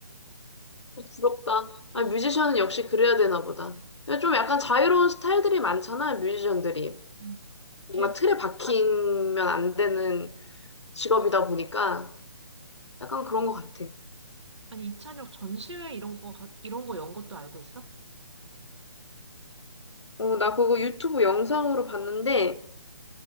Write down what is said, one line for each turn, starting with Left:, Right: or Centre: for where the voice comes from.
Left: 부럽다.
Right: 없어.
Left: 아, 뮤지션은 역시 그래야 되나 보다. 좀 약간 자유로운 스타일들이 많잖아, 뮤지션들이.
Right: 음. 걔,
Left: 뭔가 틀에 박히면 안 되는 직업이다 보니까 약간 그런 것 같아.
Right: 아니, 이찬혁 전시회 이런 거, 가- 이런 거 연 것도 알고 있어?
Left: 어, 나 그거 유튜브 영상으로 봤는데